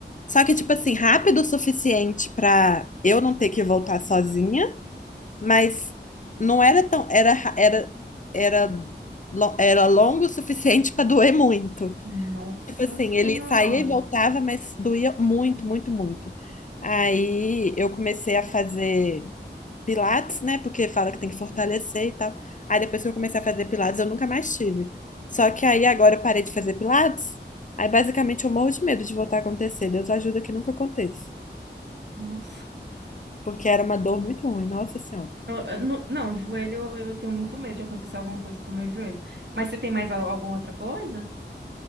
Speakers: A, on the left; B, on the right.
A: Só que, tipo assim, rápido o suficiente pra eu não ter que voltar sozinha, mas não era tão. Era, ra- era, era, lo- era longo o suficiente pra doer muito.
B: Nossa
A: Tipo assim,
B: senhora.
A: ele saía e voltava, mas doía muito, muito, muito. Aí eu comecei a fazer pilates, né? Porque fala que tem que fortalecer e tal. Aí depois que eu comecei a fazer pilates, eu nunca mais tive. Só que aí agora eu parei de fazer pilates. Aí basicamente eu morro de medo de voltar a acontecer. Deus ajuda que nunca aconteça.
B: Nossa.
A: porque era uma dor muito ruim, nossa senhora.
B: Eu- eu não, não, joelho, eu, eu tenho muito medo de acontecer alguma coisa com o meu joelho. Mas você tem mais al- alguma outra coisa?